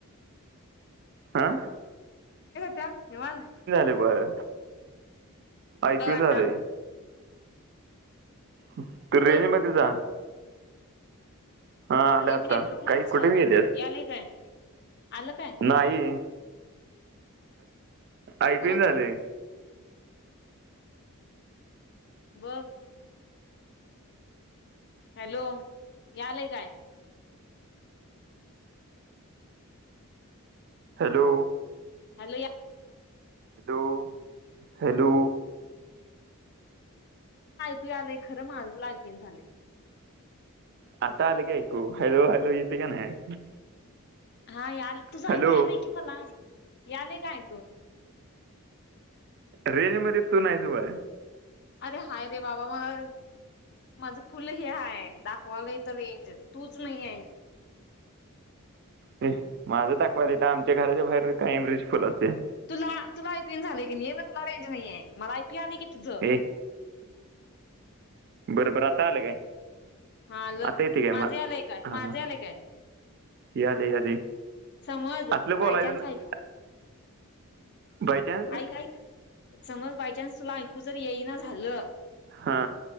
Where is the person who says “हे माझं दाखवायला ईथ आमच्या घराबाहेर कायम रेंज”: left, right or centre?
Right